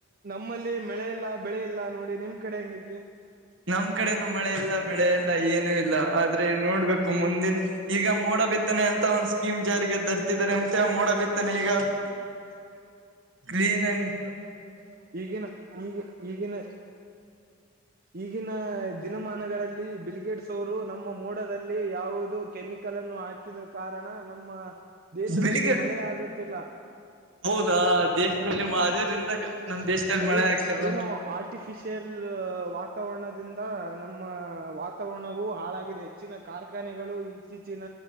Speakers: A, on the right; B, on the right.
A: ನಮ್ಮಲ್ಲಿ ಮಳೆ ಇಲ್ಲಾ ಬೆಳೆ ಇಲ್ಲಾ ನೋಡಿ ನಿಮ್ಮ ಕಡೆ ಹೆಂಗ ಐತಿ.
B: ನಮ್ ಕಡೆನು ಮಳೆ ಇಲ್ಲ ಬೆಳೆ ಎಲ್ಲ ಏನು ಇಲ್ಲ ಆದ್ರೆ ನೋಡ್ಬೇಕು ಮುಂದಿನ ಈಗ ಮೋಡ ಬಿತ್ತನೆ ಅಂತ ಒಂದ್ ಸ್ಕೀಮ್ ಜಾರಿಗೆ ತರ್ತಿದ್ದಾರೆ ಅಂತೆ ಮೋಡ ಬಿತ್ತನೆ ಈಗ
A: <unintelligible>
B: ಕ್ಲೀನ್ ಆಗಿ
A: ಈಗಿನ ಈಗ ಈಗಿನ ಈಗಿನ ದಿನಮಾನಗಳಲ್ಲಿ ಬಿಲ್ಗೇಡ್ಸ ಅವರು ನಮ್ಮ ಮೊಡದಲ್ಲಿ ಯಾವುದು ಕೆಮಿಕಲ್ ಅನ್ನು ಹಾಕಿ ಇದರ ಕಾರಣ ನಮ್ಮ ದೇಶದಲ್ಲಿ
B: ಬಿಳಿಗೆ
A: ಮಳೆ ಆಗುತ್ತಿಲ್ಲ.
B: ಹೌದಾ ದೇಶದಲ್ಲಿ ಅದ್ರಿಂದ ನಮ್ ದೇಶದಲ್ಲಿ
A: ಅದೇ
B: ಮಳೆ ಆಗ್ತಿಲ್ವಾ?
A: ಏನೋ ಆರ್ಟಿಫಿಶಿಯಲ್ ವಾತಾವರಣದಿಂದ ನಮ್ಮ ವಾತಾವರಣವು ಹಾಳಾಗಿದೆ. ಇಚ್ಚಿನ ಕಾರ್ಖಾನೆಗಳು ಇಚ್ಚಿಚಿನ